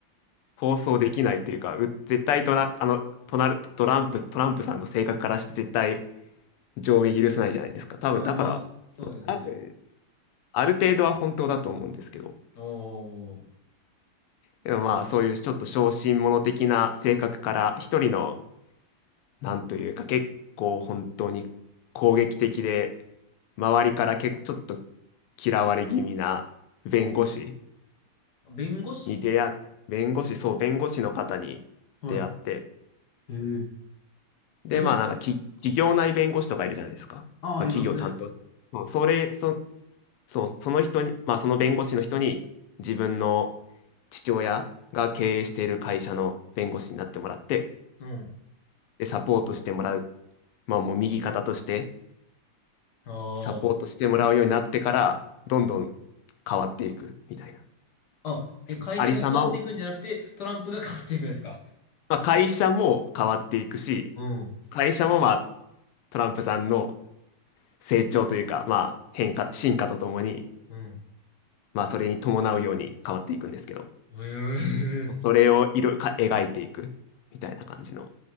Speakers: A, on the left; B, on the left.
A: 放送できないというか、う絶対とな、あの、となる、トランプ、トランプさんの性格からして絶対上映許さないじゃないですか。多分、
B: あ、
A: だから、
B: まあ、そうですね。
A: 多分、ある程度は本当だと思うんですけど、
B: おー、
A: でもまあそういうちょっと小心者的な性格から一人のなんというか結構本当に攻撃的で周りからけちょっと嫌われ気味な弁護士
B: あ、弁護士。
A: に出会っ弁護士そう弁護士の方に出会って
B: はい。えー弁護士。
A: で、まあなんかき企業内弁護士とかいるじゃないですか。
B: ああ、
A: まあ企業担当。
B: いますね。
A: そうそれ、そ、そう、その人に、まあその弁護士の人に自分の父親が経営している会社の弁護士になってもらって、
B: うん。
A: で、サポートしてもらう。まあもう右肩として
B: あ
A: サポートしてもらうようになってから、どんどん変わっていくみたいな。
B: あ。あ、
A: そのありさまを、
B: え、会社が変わっていくんじゃなくて、トランプが変わっていくんですか
A: まあ会社も変わっていくし、
B: うん。
A: 会社もまあトランプさんの成長というか、まあ変化、進化とともに、
B: うん。
A: まあ、それに伴うように変わっていくんですけど、
B: ええ。
A: それを色か描いていくみたいな感じの